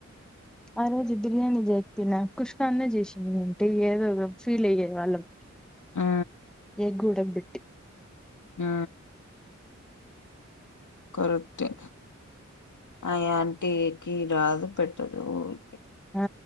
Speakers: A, in the centre; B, on the left (about 85°).
A: ఆ రోజు బిర్యానీ చేక్ తిన కుష్కాన్న చేసిందు అంటే ఏదోఫీల్ అయ్యేవాళ్ళం
B: ఆ
A: ఎగ్ ఉడగ్బే
B: ఆ కరెక్టే ఆయాంటిీ కి రాదు పెట్టదు ఉర్కె
A: ఆ